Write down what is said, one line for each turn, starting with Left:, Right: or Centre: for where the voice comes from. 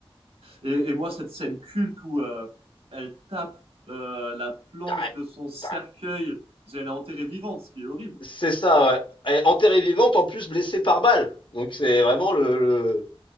Right: Et, et moi, cette scène culte où euh, elle tape euh, la planche
Left: Tarek,
Right: de son cercueil,
Left: tarek.
Right: parce qu'elle est enterrée vivante, ce qui est horrible.
Left: C'est ça, ouais. Elle est enterrée vivante, en plus blessée par balle. Donc c'est vraiment le, le,